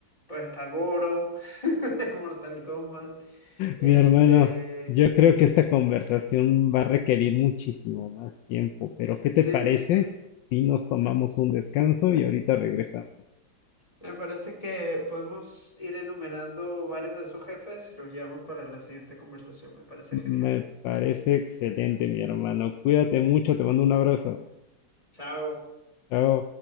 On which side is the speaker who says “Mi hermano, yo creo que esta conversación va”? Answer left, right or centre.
Left